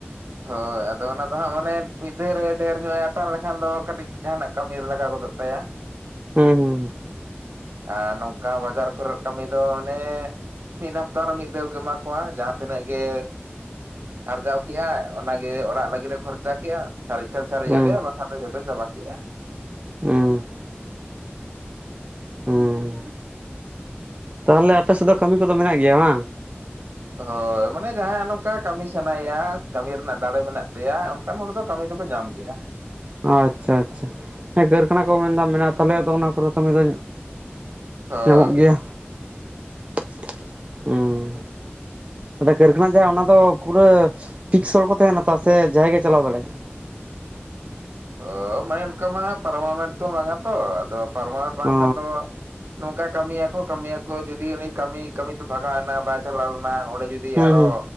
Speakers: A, on the right; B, on the right.
A: ᱦᱳᱭ ᱟᱫᱚ ᱚᱱᱟ ᱫᱚ ᱦᱟᱸᱜ ᱢᱟᱱᱮ ᱢᱤᱫ ᱫᱷᱟᱣ ᱨᱮ ᱰᱷᱮᱨ ᱧᱚᱜ ᱮ ᱦᱟᱛᱟᱣ ᱞᱮᱠᱷᱟᱱ ᱫᱚ ᱠᱟᱹᱴᱤᱡ ᱡᱟᱦᱟᱱᱟᱜ ᱠᱟᱹᱢᱤ ᱨᱮ ᱞᱟᱜᱟᱣ ᱜᱚᱫᱚᱜ ᱛᱟᱭᱟ
B: ᱦᱩᱸ ᱦᱩᱸ ᱾
A: ᱟᱨ ᱱᱚᱝᱠᱟ ᱵᱟᱡᱟᱨ ᱠᱚᱨᱮ ᱠᱟᱹᱢᱤ ᱫᱚ ᱚᱱᱮ ᱢᱤᱫ ᱦᱟᱯᱛᱟ ᱨᱮ ᱢᱤᱫ ᱫᱷᱟᱣ ᱠᱚ ᱮᱢᱟ ᱠᱚᱣᱟ ᱡᱟᱦᱟᱸ ᱛᱤᱱᱟᱹᱜ ᱜᱮ ᱟᱨᱡᱟᱣ ᱠᱮᱜᱟᱭ ᱚᱱᱟᱜᱮ ᱚᱲᱟᱜ ᱞᱟᱹᱜᱤᱫ ᱮ ᱠᱷᱚᱨᱪᱟ ᱠᱮᱜᱼᱟ ᱥᱟᱨᱮᱡ ᱠᱷᱟᱱ ᱥᱟᱨᱮᱡ
B: ᱦᱩᱸ
A: ᱟᱫᱮᱭᱟ ᱵᱟᱠᱷᱟᱱ ᱫᱚ ᱡᱷᱚᱛᱚ ᱪᱟᱵᱟ ᱠᱮᱜᱼᱟ᱾
B: ᱦᱩᱸ ᱦᱩᱸ ᱛᱟᱦᱚᱞᱮ ᱟᱯᱮ ᱥᱮᱫ ᱫᱚ ᱠᱟᱹᱢᱤ ᱠᱚᱫᱚ ᱢᱮᱱᱟᱜ ᱜᱮᱭᱟ ᱵᱟᱝ?
A: ᱦᱳᱭ ᱢᱟᱱᱮ ᱡᱟᱦᱟᱭᱟᱜ ᱱᱚᱝᱠᱟ ᱠᱟᱹᱢᱤ ᱥᱟᱱᱟᱭᱮᱭᱟ ᱠᱟᱹᱢᱤ ᱨᱮᱱᱟᱜ ᱫᱟᱲᱮ ᱢᱮᱱᱟᱜ ᱛᱟᱭᱟ ᱚᱱᱠᱟᱱ ᱦᱚᱲ ᱫᱚ ᱠᱟᱹᱢᱤ ᱫᱚᱠᱚ ᱧᱟᱢ ᱜᱮᱭᱟ ᱾
B: ᱟᱪᱪᱷᱟ ᱟᱪᱪᱷᱟ, ᱦᱮᱸ ᱠᱟᱹᱨᱠᱷᱟᱱᱟ ᱠᱚ ᱢᱮᱱᱫᱟ ᱢᱮᱱᱟᱜ-ᱟ ᱛᱟᱦᱚᱞᱮ ᱟᱫᱚ ᱚᱱᱟ ᱠᱚᱨᱮ ᱠᱟᱹᱢᱤ ᱫᱚ
A: ᱦᱳᱭ
B: ᱧᱟᱢᱚᱜ ᱜᱮᱭᱟ ᱾ ᱚᱸᱻ ᱠᱟᱹᱨᱠᱷᱟᱱᱟ ᱡᱟᱦᱟᱸ ᱚᱱᱟ ᱫᱚ ᱯᱩᱨᱟᱹ ᱯᱤᱠᱥ ᱦᱚᱲ ᱠᱚ ᱛᱟᱦᱮᱱᱟ ᱛᱚ ᱥᱮ ᱡᱟᱦᱟᱸᱭ ᱜᱮ ᱪᱟᱞᱟᱣ ᱫᱟᱲᱮᱭᱟᱜ-ᱟ?
A: ᱚ ᱢᱟᱱᱮ ᱚᱱᱠᱟ ᱢᱟ ᱯᱟᱨᱢᱟᱱᱮᱱᱴ ᱫᱚ ᱵᱟᱝ-ᱟ ᱛᱚ ᱟᱫᱚ ᱯᱟᱨᱢᱟᱱᱮᱱᱴ ᱵᱟᱝᱠᱷᱟᱱ
B: ᱚ
A: ᱫᱚ ᱱᱚᱝᱠᱟ ᱠᱟᱹᱢᱤᱭ ᱟᱠᱚ ᱠᱟᱹᱢᱤᱭ ᱟᱠᱚ ᱡᱩᱫᱤ ᱩᱱᱤ ᱠᱟᱹᱢᱤ ᱠᱟᱹᱢᱤᱛᱮ ᱵᱷᱟᱜᱟᱣ ᱱᱟᱭ ᱵᱟᱭ ᱪᱟᱞᱟᱣ ᱞᱮᱱᱟ ᱚᱸᱰᱮ ᱡᱩᱫᱤ ᱡᱩᱫᱤ
B: ᱦᱩᱸ
A: ᱟᱨᱚ
B: ᱦᱩᱸ